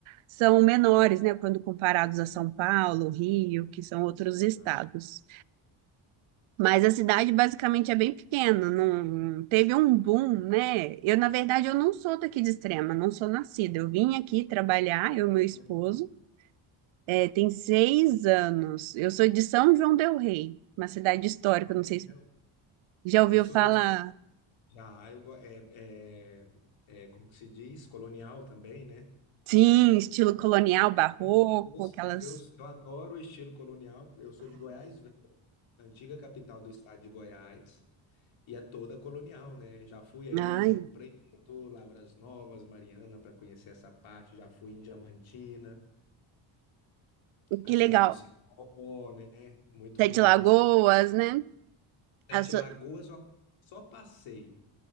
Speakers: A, on the right; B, on the left.
A: são menores, né? Quando comparados a São Paulo, Rio, que são outros estados.
B: tá?
A: Mas a cidade basicamente é bem pequena, não teve um boom, né? Eu, na verdade, eu não sou daqui de Extrema, não sou nascida. Eu vim aqui trabalhar, eu e meu esposo,
B: E a produção,
A: é, tem seis anos. Eu sou de São João del Rei, uma cidade histórica,
B: então,
A: não sei
B: né?
A: se já ouviu
B: Eu sou,
A: falar.
B: eu sou- já, eu go- é, é, é, como que se diz? Colonial também, né?
A: Sim, estilo colonial, barroco,
B: Eu, eu,
A: aquelas.
B: eu, eu adoro o estilo colonial. Eu sou de Goiás, Velho, a antiga capital do estado de Goiás, e é toda colonial, né? Já fui aí
A: Ai,
B: em Ouro Preto, Lavras Novas, Mariana, para conhecer essa parte. Já fui em Diamantina, a
A: que
B: Serra
A: legal.
B: do Cipó, né? Muito
A: Sete
B: bonita
A: Lagoas, né?
B: Sete
A: A so-
B: Lagoas eu só passei,